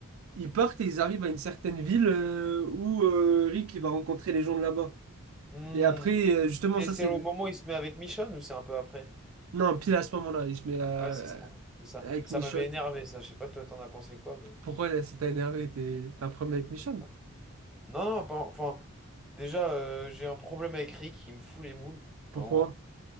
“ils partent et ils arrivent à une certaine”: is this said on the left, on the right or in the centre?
Right